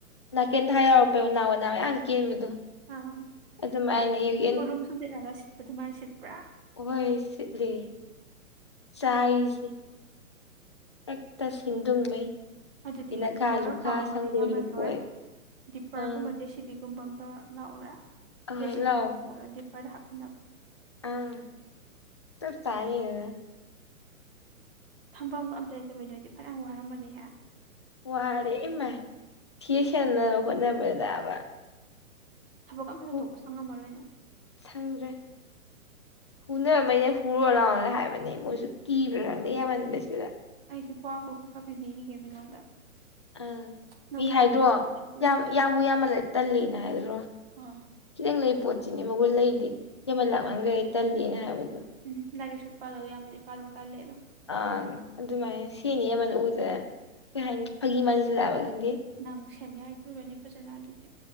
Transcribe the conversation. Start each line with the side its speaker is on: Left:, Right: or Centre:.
Left: ꯅꯥꯀꯦꯟ ꯊꯥ ꯌꯥꯎꯔꯛꯄꯩ ꯎꯅꯥ ꯋꯥꯅꯥ ꯃꯌꯥꯝ ꯀꯦꯟꯕꯗꯣ
Right: ꯑꯥ
Left: ꯑꯗꯨꯃꯥꯏꯅ ꯑꯌꯨꯛ
Right: ꯎꯔꯨꯝ ꯁꯨꯝꯖꯤꯠꯅꯒ ꯁꯤꯠꯄ ꯗꯨꯃꯥꯏ ꯁꯤꯠꯄ꯭ꯔꯥ
Left: ꯑꯣꯍꯣꯏ ꯁꯤꯠꯂꯦ ꯆꯥꯏꯁꯤ <unintelligible>
Right: ꯑꯗꯨꯗꯤ
Left: ꯏꯅꯈꯥ
Right: ꯕꯣꯔ
Left: ꯂꯨꯈꯥ
Right: ꯈꯥꯎ ꯑꯃꯗꯤ
Left: ꯁꯪꯒꯣꯏ
Right: ꯌꯥꯝꯃꯟꯂꯣꯏ
Left: ꯂꯨꯀꯣꯏ
Right: ꯗꯤꯄꯔꯒꯨꯝꯕ
Left: ꯑꯪ
Right: ꯖꯦꯁꯤꯄꯤ ꯇꯨꯝꯕꯝ ꯇꯧꯔ ꯂꯥꯛꯎꯔꯥ
Left: ꯑꯍꯣꯏ
Right: ꯖꯦꯁꯤꯕꯤꯅ
Left: ꯂꯥꯛꯑꯣ
Right: ꯀꯣꯠꯂ ꯗꯤꯄꯔꯗ ꯍꯥꯞꯄꯤꯅꯕ
Left: ꯑꯪ ꯆꯞ ꯆꯥꯏꯌꯦ
Right: ꯊꯝꯕꯝꯒ ꯑꯝꯇ ꯂꯩꯇꯕꯩ ꯅꯣꯏꯗꯤ ꯐꯅꯌꯥꯝ ꯋꯥꯔꯝꯃꯅꯤ
Left: ꯋꯥꯔꯦ ꯏꯃꯥꯏ ꯊꯤ ꯁꯦꯟꯂ ꯍꯣꯠꯅꯕꯗꯕ
Right: ꯊꯕꯛꯀ ꯑꯝꯇ
Left: ꯍꯨ
Right: ꯊꯣꯛꯄ ꯁꯪꯉꯝꯃꯔꯣꯏ ꯅꯥ
Left: ꯁꯪꯗ꯭ꯔꯦ ꯐꯨꯅꯕꯩꯅꯦ ꯐꯨꯔꯨ ꯂꯥꯎꯑꯣꯅ ꯑꯩ ꯍꯥꯏꯕꯅꯦ ꯃꯣꯏꯁꯨ ꯀꯤꯕ꯭ꯔꯥ ꯈꯪꯗꯦ ꯌꯥꯝꯃꯟꯕꯁꯤꯗ
Right: ꯑꯩꯁꯨ ꯄꯥꯎꯗꯣ ꯈꯥ ꯈꯥ ꯄꯤꯕꯤꯒꯤꯒꯦ ꯃꯤꯉꯣꯟꯗ
Left: ꯑꯥ
Right: ꯅꯪ
Left: ꯃꯤ ꯍꯥꯏꯗ꯭ꯔꯣ
Right: ꯋꯥꯔꯝꯗꯕꯗꯣ ꯑꯩ
Left: ꯌꯥꯝ
Right: ꯎꯔꯦ
Left: ꯌꯥꯝꯕꯨ ꯌꯥꯝꯃꯜꯂꯗꯤ ꯇꯜꯂꯤꯅ ꯍꯥꯏꯒ꯭ꯔꯣ
Right: ꯑꯥ
Left: ꯈꯤꯇꯪ ꯂꯩ ꯄꯣꯠꯆꯤꯅꯦ ꯃꯥꯒꯨ ꯂꯩꯗꯤ ꯍꯦꯃꯟ ꯂꯥꯛꯃꯟꯒ꯭ꯔꯦ
Right: ꯎꯝ
Left: ꯇꯜꯂꯤꯅ ꯍꯥꯏꯕꯗꯣ
Right: ꯎꯝ ꯂꯥꯔꯤꯛꯁꯨ ꯄꯥꯗꯧ ꯌꯥꯝꯕꯅꯤ ꯄꯥꯗꯧ ꯇꯜꯂꯦꯗꯣ
Left: <unintelligible>
Right: ꯅꯪ ꯁꯦꯟ ꯍꯥꯏ ꯆꯨꯔꯅꯦ ꯐꯖꯅ ꯑꯗꯨꯗꯤ꯫